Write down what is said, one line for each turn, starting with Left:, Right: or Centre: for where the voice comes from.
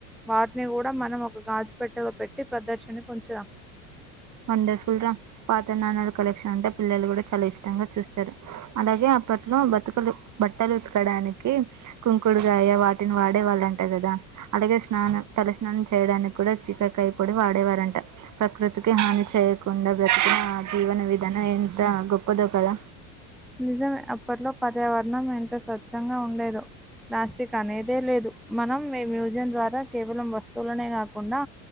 Centre: వాటిని కూడా మనం ఒక గాజు పెట్టలో పెట్టి ప్రదర్శిని వచ్చుగా
Right: వండర్ఫుల్ రా పాత నాణాలు కలెక్షన్ అంటే పిల్లలు కూడా చాలా ఇష్టంగా చూస్తారు అలాగే అ అప్పట్లో బతుకులు బట్టలు ఉతకడానికి కుంకుడుగాయ వాటిని వాడేవాళ్ళ అంట కదా అలాగే స్నానం తల స్నానం చేయడానికి కూడా శీకా కాయపొడి వాడేవారంట ప్రకృతి తి హాని చేయకుండా బ్రతికిన ఆ జీవన విధాన ఎంత గొప్పదో కదా
Centre: నిజమే అప్పట్లో పర్యావరణం ఎంత స్వచ్ఛంగా ఉండేదో ప్లాస్టిక్ అనేదే లేదు మనం మీ మ్యూజియం ద్వారా కేవలం వస్తువులనే కాకుండా